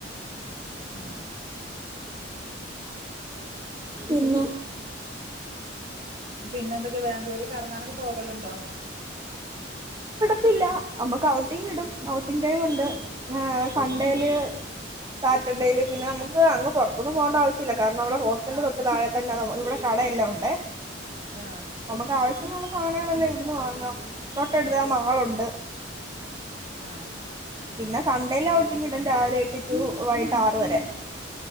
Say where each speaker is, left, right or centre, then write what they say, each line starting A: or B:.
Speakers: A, on the right (about 40°); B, on the right (about 20°).
A: ആഹ്
B: പിന്നെ
A: പിന്നെ എന്തൊക്കെ ബാംഗ്ലൂര് കറങ്ങാനൊക്കെ പോവലിണ്ടോ?
B: ത്തില്ല, നമ്മക്ക് ഔട്ടിംഗ് ഇടും, ഔട്ടിങ് ടൈം ഒണ്ട്, ഏ സൺണ്ടേയില് സാറ്റർഡേയില് പിന്നെ നമുക്ക് അങ്ങ് പൊറത്തൊന്നും പോകണ്ട ആവശ്യല്ല, കാരണം നമ്മടെ ഹോസ്റ്റലിന്റെ തൊട്ട് താഴെ തന്നെ നമ്മ ഇവിടെ കടയെല്ലാം ഉണ്ടേ.
A: ആ
B: നമുക്ക് ആവശ്യത്തിനുള്ള സാധനങ്ങളല്ലാം ഇവിടുന്ന് വാങ്ങാം തൊട്ടടുത്ത് ദാ മാളൊണ്ട്.
A: ആ
B: പിന്നെ സൺണ്ടേയില് ഔട്ടിങ്ങിടും രാവിലെ എട്ട് ടു വൈകിട്ട് ആറ് വരെ.